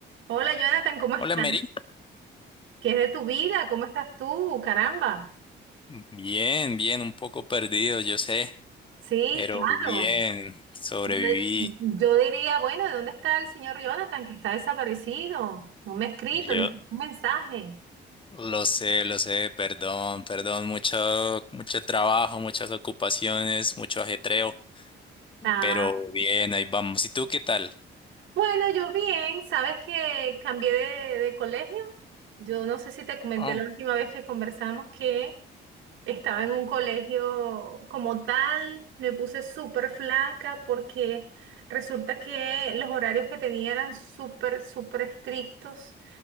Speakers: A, on the right; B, on the left.
A: Hola Jonathan, ¿cómo estás?
B: Hola, Mary.
A: ¿Qué es de tu vida? ¿Cómo estás tú? Caramba.
B: Bien, bien, un poco perdido, yo sé,
A: Sí,
B: pero
A: claro.
B: bien, sobreviví.
A: Yo, yo diría, bueno, ¿de dónde está el señor Jonathan que está desaparecido? No me ha escrito
B: Yo
A: ni siquiera un mensaje.
B: lo sé, lo sé, perdón, perdón, mucho, mucho trabajo, muchas ocupaciones, mucho ajetreo,
A: Ah,
B: pero bien, ahí vamos. ¿Y tú qué tal?
A: bueno, yo bien, ¿sabes que cambié de, de colegio? Yo no sé si te comenté
B: Oh,
A: la última vez que conversamos que Estaba en un colegio como tal, me puse súper flaca porque resulta que los horarios que tenía eran súper, súper estrictos.